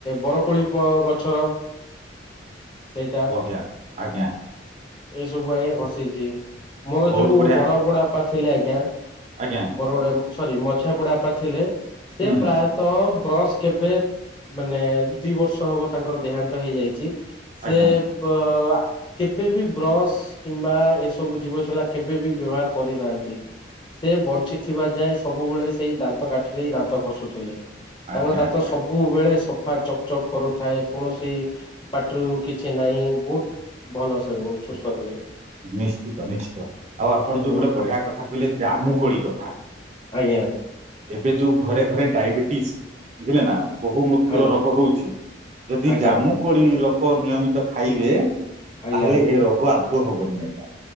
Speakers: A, on the left; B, on the right.
A: ବରକୋଳି ପ- ଗଛର। ସେଇଟା
B: ବଢିଆ ଆଜ୍ଞା।
A: ଏସବୁ ଆଜ୍ଞା ଘଷିଛି। ମୋର
B: ବହୁତ
A: ଯୋଉ
B: ବଢିଆ
A: ବଡ଼ ବଡବାପା ଥିଲେ ଆଜ୍ଞା
B: ଆଜ୍ଞା।
A: ମୋର ଗୋଟେ ସରି ମଝିଆ ବଡ଼ବାପା ଥିଲେ ସେ
B: ହୁଁ
A: ପ୍ରାୟ ତ ବ୍ରଶ୍ କେବେ ମାନେ ଦି ବର୍ଷ ହବ ତାଙ୍କର ଦେହାନ୍ତ ହେଇଯାଇଚି। ସେ
B: ଆଜ୍ଞା
A: ବ- ଆ ସେ ବି ବ୍ରସ୍ କିମ୍ବା ଏସବୁ ଜୀବଛେଲା କେବେ ବି ବ୍ୟବହାର କରିନାହାନ୍ତି। ସେ ବଞ୍ଚିଥିବା ଯାଏ ସବୁବେଳେ ସେଇ ଦାନ୍ତ କାଠିରେ ହି ଦାନ୍ତ ଘଷୁଥିଲେ।
B: ଆଜ୍ଞା
A: ତାଙ୍କ ଦାତ
B: ଆଜ୍ଞା
A: ସବୁବେଳେ ସଫା ଚକଚକ କରୁଥାଏ କୌଣସି ପାଟିରୁ କିଛି ନାହିଁ, ବହୁତ ଭଲ ସରୁ ଓ ସୁସ୍ଥ ଥିଲେ।
B: ନିଶ୍ଚିତ ନିଶ୍ଚିତ ଆଉ ଆପଣ
A: ଆଜ୍ଞା
B: ଯୋଉ ଗୋଟେ ବଢିଆ କଥା କହିଲେ ଜାମୁକୋଳି କଥା।
A: ଆଜ୍ଞା।
B: ଏବେ ଯୋଉ ଘରେ ଘରେ ଡାଇବେଟିସ୍ ବୁଝିଲେ ନା। ବହୁମୂତ୍ର
A: ଆଜ୍ଞା
B: ରୋଗ ହଉଛି ଯଦି
A: ଆଜ୍ଞା
B: ଜାମୁକୋଳି ଲୋକ ନିୟମିତ ଖାଇବେ ତାହାଲେ
A: ଆଜ୍ଞା
B: ଏ ରୋଗ ଆଦୌ ହବନି ଆଜ୍ଞା।